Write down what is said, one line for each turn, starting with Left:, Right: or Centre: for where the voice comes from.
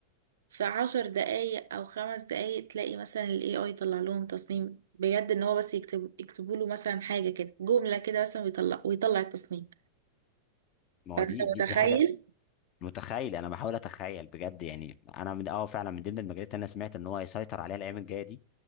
Right: في عشر دقايق او خمس دقايق تلاقي مثلا ال AI يطلع لهم تصميم بجد ان هو بس يكتب يكتبوا له مثلا حاجة كده جملة كده مثلا ويطلع ويطلع التصميم
Left: ما
Right: فانت
Left: هو دي دي
Right: متخيل
Left: دي حاجة متخيل انا بحاول اتخيل بجد يعني انا من اه فعلا من ضمن المجالات اللي انا سمعت ان هو هيسيطر عليها الايام الجاية دي